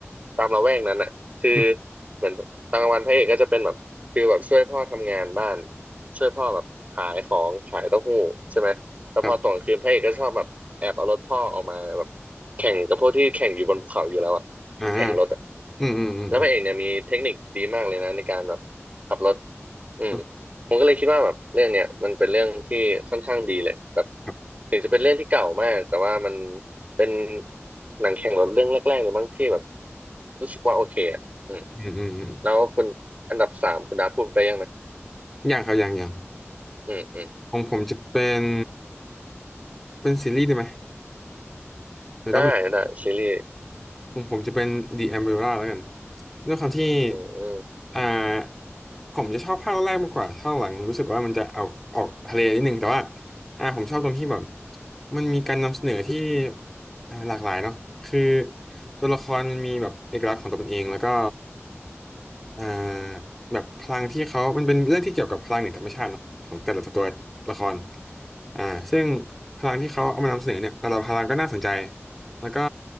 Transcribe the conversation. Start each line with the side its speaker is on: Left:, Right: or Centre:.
Right: ตามละแวกนั้นอ่ะ คือ
Centre: อืม
Right: เหมือนตอนกลางวันพระเอกก็จะเป็นแบบคือแบบช่วยพ่อทำงานบ้านช่วยพ่อแบบขายของขายเต้าหู้ใช่ไหมแล้วพอตอนกลางคืนพระเอกก็ชอบแบบแอบเอารถพ่อออกมาแบบแข่งกับพวกที่แข่งอยู่บนภูเขาอยู่แล้วอะ
Centre: ครับอ่า
Right: แข่งรถอะ
Centre: อืมอืมอืมอืม
Right: แล้วพระเอกเนี่ยมีเทคนิคดีมากเลยนะในการแบบขับรถอืม
Centre: อืม
Right: ผมก็เลยคิดว่าแบบเรื่องเนี้ยมันเป็นเรื่องที่ค่อนข้างดีเลยแบบ
Centre: ครับ
Right: ถึงจะเป็นเรื่องที่เก่ามากแต่ว่ามันเป็นหนังแข่งรถเรื่องแรกๆเลยบ้างที่แบบรู้สึกว่าโอเคอะ อืม
Centre: อืมอืมอืม
Right: แล้วคุณอันดับสามคุณดาพูดไปยังนะ
Centre: อย่างครับอย่างอย่าง
Right: อืมอืม
Centre: ของผมจะเป็นเป็นซีรีส์ได้ไหมหรือต้อง
Right: ได้ได้ซีรีส์
Centre: ผมผมจะเป็น The Umbrella แล้วกันด้วยความที่
Right: อืมอืม
Centre: อ่าผมจะชอบภาคแรกมากกว่าภาคหลังรู้สึกว่ามันจะเอาออกทะเลนิดนึง แต่ว่าอ่าผมชอบตรงที่แบบมันมีการนำเสนอที่อ่าหลากหลายเนาะคือตัวละครมันมีแบบเอกลักษณ์ของตัวมันเอง แล้วก็อ่าแบบพลังที่เขา มันเป็นเรื่องที่เกี่ยวกับพลังเหนือธรรมชาติเนอะของแต่ละตัวละครอ่าซึ่งพลังที่เขาเอามานำเสนอเนี่ย แต่ละพลังก็น่าสนใจ แล้วก็